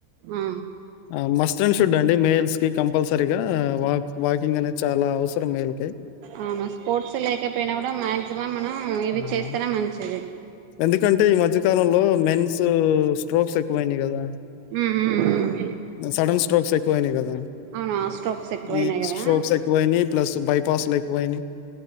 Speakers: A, on the right; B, on the left.
A: ఆ
B: హ మస్ట అండ్ షుడ్ అండి మేయిల్స్ కి కంపల్సరిగా వాక్ వాకింగ్ అనేది చాలా అవసరం మెల్
A: అవును స్పోర్ట్స్ లేకపోయినా కూడా మాక్సిమం మనం ఇవి
B: హ్మ్.
A: చేస్తేనే మంచిది
B: ఎందుకంటే ఈ మధ్యకాలంలో మెన్స్ స్ట్రోక్స్ ఎక్కువయినాయి కదా
A: ఉమ్ ఉమ్ ఉమ్
B: సడన్ స్ట్రోక్స్ ఎక్కువైనాయి కదా
A: అవును స్ట్రోక్స్ ఎక్కువయినాయి
B: ఈ
A: కదా
B: స్ట్రోక్స్ ఎక్కువయినాయి ప్లస్ బైపాస్ లో ఎక్కువయినాయి